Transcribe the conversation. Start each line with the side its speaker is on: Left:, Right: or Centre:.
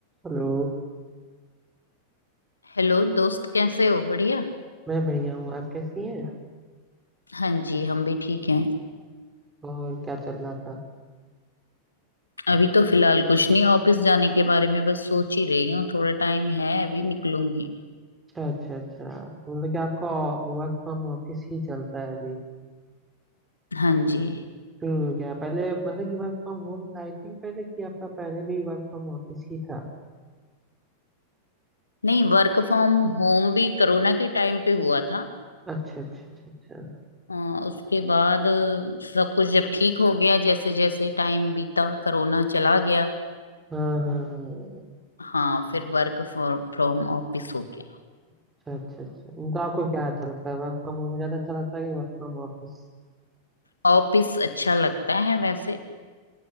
Right: Hello
Left: Hello दोस्त कैसे हो बढ़िया
Right: मैं बढ़िया हूँ आप कैसी हैं
Left: हाँ जी हम भी ठीक हैं
Right: और क्या चल रहा था
Left: अभी तो फिलहाल कुछ नहीं ऑफिस जाने के बारे में बस सोच ही रही हूँ थोड़ा टाइम है अभी निकलूंगी
Right: अच्छा अच्छा अच्छा तो मतलब कि आपका वर्क फ्रॉम ऑफिस ही चलता है अभी
Left: हाँ जी
Right: शुरू हो गया पहले मतलब कि वर्क फ्रॉम होम था आई थिंक पहले कि आपका पहले भी वर्क फ्रॉम ऑफिस ही था
Left: नहीं वर्क फ्रॉम होम भी कोरोना के टाइम पे हुआ था
Right: अच्छा अच्छा अच्छा अच्छा
Left: अ, उसके बाद अ, सब कुछ जब ठीक हो गया जैसे जैसे टाइम बीता कोरोना चला गया
Right: हाँ हाँ हाँ।
Left: हाँ फिर वर्क फ्रॉम ऑफिस हो गया
Right: अच्छा अच्छा अच्छा तो आपको क्या अच्छा लगता है वर्क फ्रॉम होम ज़्यादा अच्छा लगता है कि वर्क फ्रॉम ऑफिस
Left: ऑफिस अच्छा लगता है वैसे